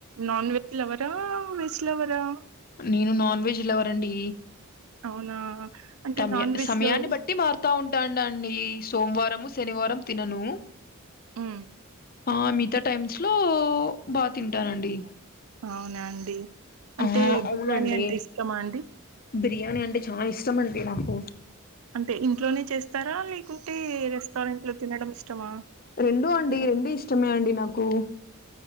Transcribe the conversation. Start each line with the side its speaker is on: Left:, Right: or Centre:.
Right: నాన్ వెజ్ లవరా వెజ్ లవరా
Left: నేను నాన్ వెజ్ లవరండీ
Right: అవునా అంటే
Left: టమ్య
Right: నాన్ వెజ్
Left: సమయాన్ని
Right: లో
Left: బట్టి మారుతా ఉంటాండండి సోమవారము శనివారం తిననూ
Right: ఉమ్
Left: ఆ మితా టైమ్స్ ఇంట్లో బ తింటానండి
Right: అవునా అండి అంటే
Left: ఆ
Right: ఈ బిర్యానీ
Left: అవునండి
Right: అంటే ఇష్టమా అండి
Left: బిర్యానీ అంటే చాల ఇష్టమండి నాకు
Right: అంటే ఇంట్లోనే చేస్తార లేకుంటే రెస్టారెంట్ లో తినడం ఇష్టమా
Left: రెండూ అండి రెండు ఇష్టమే అండి నాకు